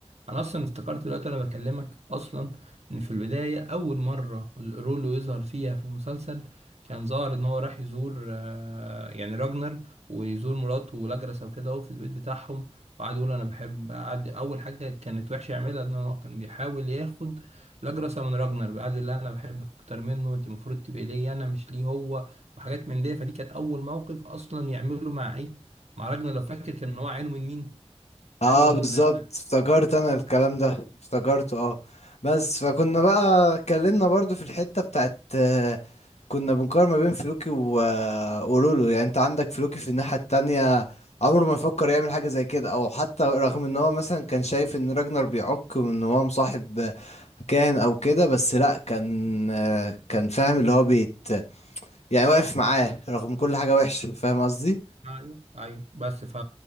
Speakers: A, on the right; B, on the left.
A: انا اصلا افتكرت دلوقتي انا بكلمك اصلا ان في البدايه اول مره رولو يظهر فيها في المسلسل كان ظاهر ان هو راح يزور آه، يعني راجنر ويزور مراته ولاجرسا وكده اهو في البيت بتاعهم وقعد يقول انا بحب قعد اول حاجه كانت وحشه يعملها ان هو كان بيحاول ياخد لاجرسا من راجنر قعد يقول لها انا بحبك اكتر منه انت المفروض تبقي ليا انا مش ليه هو وحاجات من دي فدي كانت اول موقف اصلا يعمله مع ايه مع راجنر لو فاكر كان هو عينه من مين
B: اه
A: عينه من
B: بالظبط افتكرت انا الكلام ده افتكرته اه بس فكنا بقى اتكلمنا برضو في الحتة بتاعت آه، كنا بنقارن ما بين فلوكي و... آه، ورولو يعني انت عندك فلوكي في الناحية التانية عمره ما يفكر يعمل حاجة زي كده او حتى رغم ان هو مثلا كان شايف ان راجنر بيعك وان هو مصاحب آه، كاهن او كده بس لا كان آه، كان فاهم اللي هو بيت يعني واقف معاه رغم كل حاجة وحشة فاهم قصدي
A: ايوه ايوه بس ف